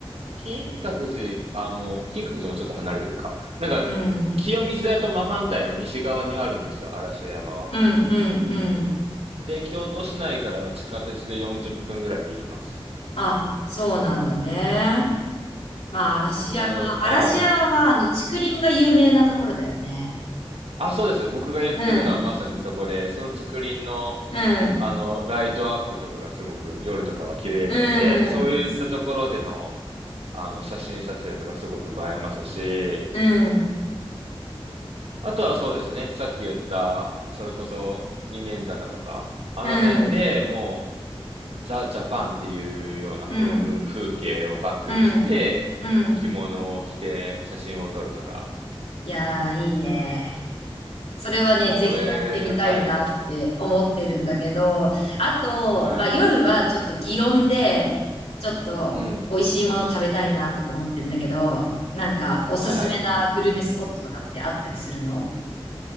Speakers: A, on the right; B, on the left.
A: 金閣寺、あ、もう、金閣寺もちょっと離れてるか。なんか、
B: うん、
A: 清水寺と真反対の西側にあるんですよ、嵐山は。
B: うん、うん、うん。
A: で、京都市内からは地下鉄で40分ぐらいで行きます。
B: あ、そうなんだね。まあ、嵐山。
A: なるほど、はい。
B: 嵐山は、あの、竹林が有名なところだよね。
A: あ、そうです。僕が言ってるのはまさにそこで、
B: うん、
A: その竹林の、
B: うん、
A: あの、ライトアップとかがすごく夜とかは綺麗なので、
B: うん、
A: そういったところでの、あの、写真撮影とかすごく映えますし、
B: うん、
A: あとはそうですね、さっき言った、それこそ二年坂とか、あの辺でも
B: うん、
A: う、ザ・ジャパンっていうような風、
B: うん。
A: 風景をバックにして、
B: うん。うん。
A: 着物を着て写真を撮るとか。
B: いやー、いいね。それはね、
A: もうそれが、
B: ぜひやってみたいなって思ってるんだけど、
A: はい、
B: あと、
A: はい、
B: まあ夜はちょっと祇園で、ちょっと美味しいもの食べたいなとか思ってんだけど、
A: うん、
B: なんかおすすめなグルメスポットとかってあったりするの
A: はい。